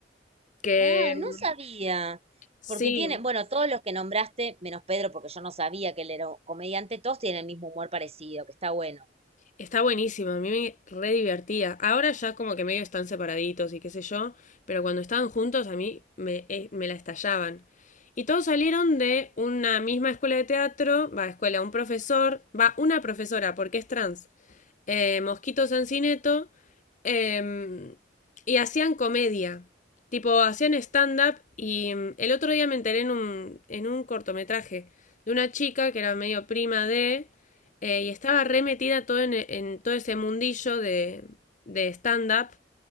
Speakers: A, on the left; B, on the right.
A: Que
B: Ah,
A: em,
B: no sabía.
A: sí,
B: Porque tiene, bueno, todos los que nombraste, menos Pedro, porque yo no sabía que él era un comediante, todos tienen el mismo humor parecido, que está bueno.
A: Está buenísimo, a mí me re divertía. Ahora ya como que medio están separaditos y qué sé yo, pero cuando estaban juntos a mí me, eh, me la estallaban. Y todos salieron de una misma escuela de teatro, va a escuela, un profesor, va una profesora porque es trans eh, Mosquito Sancineto, eh, y hacían comedia. Tipo, hacían stand-up y mm, el otro día me enteré en un, en un cortometraje de una chica que era medio prima de, eh, y estaba re metida todo en, en todo ese mundillo de, de stand-up,